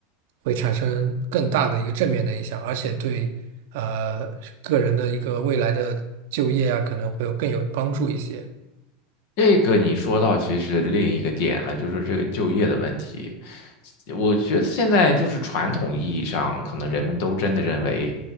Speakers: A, on the right (about 60°); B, on the left (about 55°).
A: 会产生更大的一个正面的影响，而且对啊，个人的一个未来的就业啊，可能会有更有帮助一些。
B: 这个你说到其实另一个点了，就是这个就业的问题。我觉得现在就是传统意义上，可能人们都真的认为，